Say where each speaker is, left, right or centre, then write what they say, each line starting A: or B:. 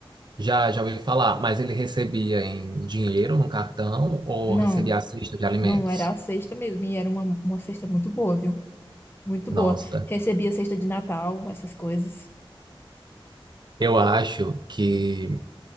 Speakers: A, on the right (about 50°); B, on the left (about 25°).
A: Já, já ouvi falar, mas ele recebia em dinheiro no cartão ou
B: Não,
A: recebia a cesta de alimentos?
B: não, era a cesta mesmo, e era uma, uma cesta muito boa, viu? Muito
A: Nossa,
B: boa. Recebia cesta de Natal, essas coisas.
A: eu acho que